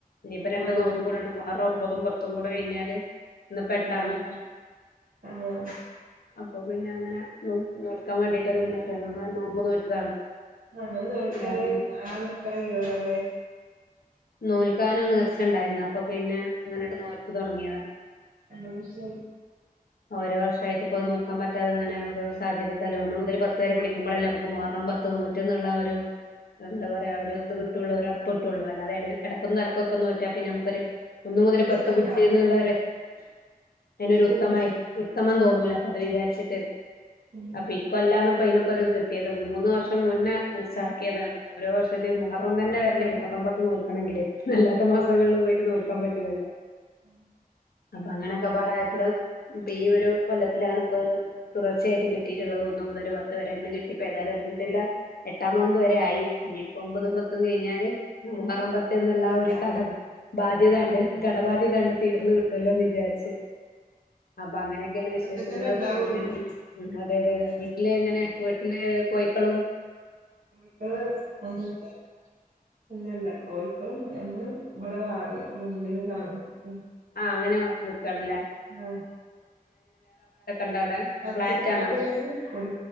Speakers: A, on the left (about 80°); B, on the right (about 65°).
A: ഇനിയിപ്പൊ രണ്ട്
B: ആഹ്
A: നോമ്പ്കൂടെ ഉണ്ട് മുഹറം മ്പതും പത്തും കൂടെ കഴിഞ്ഞാല്
B: <unintelligible>
A: ഇന്നിപ്പോ എട്ടാണ് അപ്പൊ പിന്നെ അങ്ങനെ നോ നോൽക്കാൻ വേണ്ടിട്ട് നിന്നിട്ട് അങ്ങനെ നോമ്പ് നോറ്റതാണ്
B: അങ്ങനെ വഴക്ക്
A: വേറെന്താ
B: പറയും <unintelligible> ലീവൊള്ളുലെ
A: നോൽക്കാന് നേർച്ച ഇണ്ടായിരുന്നു അപ്പൊ പിന്നെ അങ്ങനണ് നോറ്റു തുടങ്ങിയതാ
B: അത് ശരി
A: ഓരോ വർഷായിട്ട് ഇപ്പോ നോൽക്കാൻ പറ്റാതങ്ങനെ ഓരോ സാഹചര്യത്തിൽ ഒന്ന് മുതൽ പത്ത് വരെ പിടിക്കുമ്പളല്ലേ നമുക്ക് മുഹറം പത്ത് നോറ്റ് ന്നുള്ള ആ ഒരു എന്താ പറയാ
B: അതെതെ
A: ഒരു ഇത് കിട്ടൊള്ളൂ ഒരു ഒറപ്പ് കിട്ടുള്ളൂ അല്ലാതെ എടേയ് എടക്കും തലക്കൊക്കെ നോറ്റാൽ പിന്നെ നമുക്കൊരു ഒന്ന മുതൽ
B: ഒരിതുണ്ടാവൂല
A: പത്ത് പിടിച്ച് എന്നുള്ള ഒരു അയിനൊരുഉത്തമായി
B: അത് ശരിയാ
A: ഉത്തമംതോന്നൂല അപ്പൊ അത് വിചാരിച്ചിട്ട്
B: ഉം
A: അപ്പൊ ഇക്കൊല്ലാണ് ഇപ്പയ്നൊ ഓരോന്ന് കിട്ട്യേത് മൂന്ന് വർഷം മുന്നേ നീർച്ചാക്കിയതാണ് ഓരോ വർഷത്തി മുഹറം തന്നെ വരണ്ടേ മുഹറം പത്തും നോൽക്കണെങ്കില് അല്ലാത്ത മാസങ്ങളിൽ പോയിട്ട് നോൽക്കാൻ പറ്റൂലല്ലോ
B: മ്
A: അങ്ങനൊക്കെപ്പാടായപ്പള് ഇപ്പ ഈ ഒരു കൊല്ലത്തിലാണ് തുടർച്ചയായിട്ട് കിട്ടിയിട്ടുള്ളത് ഒന്നു മുതൽ പത്ത് വരെ അങ്ങനെ കിട്ടിപ്പോഏതാലും അൽഹംദുലില്ലാഹ് എട്ടാംനോമ്പ് വരെ ആയി ഇനിയിപ്പോ ഒമ്പതും പത്തും കഴിഞ്ഞാല് മുഹറംപത്ത് എന്ന്ളള ആ
B: ഇല്ല
A: ഒരു കടം ബാധ്യതണ്ട് കടബാധ്യതണ്ട്
B: ആഹ്
A: തീർന്നു കിട്ടുല്ലോന്ന് വിചാരിച്ച് അപ്പൊ അങ്ങനെയൊക്കെയാണ്
B: അതൊക്കെ
A: വിശേഷങ്ങള്
B: തന്നെ ഉണ്ടാവുള്ളൂ
A: എങ്ങനെയ വീട്ടി അതെതെതെ
B: ആഹ്
A: വീട്ടില് എങ്ങനെ വീട്ടില് പോയി ക്കളും
B: കോഴിക്കള് <unintelligible> ഇല്ല ഇല്ല കോഴിക്കള് നമ്മള് ഇവിടെ വാടകക്കും <unintelligible> താമസിക്കും
A: ആഹ് അങ്ങനെ നിക്കാണ്ല്ലേ
B: ആഹ്
A: ഇണ്ടോ അവിടെ
B: പച്ചക്കറിപ്പോ
A: ഫ്ലാറ്റ് ആണോ
B: കൊട്